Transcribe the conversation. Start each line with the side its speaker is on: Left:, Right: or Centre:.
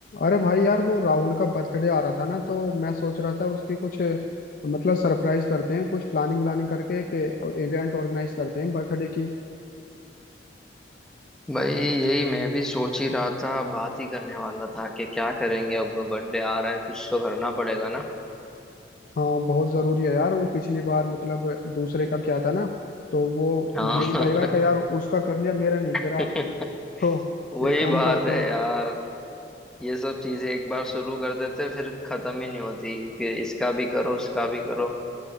Left: अरे भाई यार वो राहुल का बर्थडे आ रहा था ना तो मैं सोच रहा था उसकी कुछ मतलब सरप्राइज करते हैं कुछ प्लानिंग व्लानिंग करके एक इवेंट ऑर्गेनाइज करते हैं बर्थडे की
Centre: भाई यही मैं भी सोच ही रहा था बात ही करने वाला था कि क्या करेंगे अब बर्थडे आ रहा है कुछ तो करना पड़ेगा ना
Left: हाँ बहुत जरूरी है यार वो पिछली बार मतलब दूसरे का क्या था ना तो वो
Centre: हाँ
Left: यही कहेगा कि यार उसका कर लिया मेरा नहीं
Centre: <laughs>
Left: करा तो
Centre: वही
Left: एक काम
Centre: बात
Left: करते
Centre: है
Left: हैं
Centre: यार ये सब चीजें एक बार शुरू कर देते फिर खत्म ही नहीं होती फिर इसका भी करो उसका भी करो